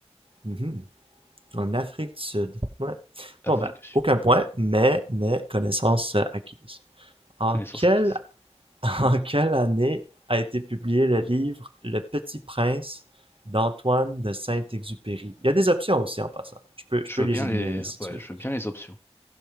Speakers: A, on the right (about 55°); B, on the left (about 20°).
A: Mhm. En Afrique du Sud. Ouais.
B: Afrique
A: Bon, ben,
B: du Sud,
A: aucun point, mais, mais, connaissance euh, acquise. En
B: connaissance
A: quelle,
B: acquise.
A: <laughs> en quelle année a été publié le livre Le Petit Prince d'Antoine de Saint-Exupéry? Il y a des options aussi en passant. Je peux, je
B: Je
A: peux les
B: veux bien
A: énumérer
B: les...
A: si
B: Ouais,
A: tu veux.
B: je veux bien les options.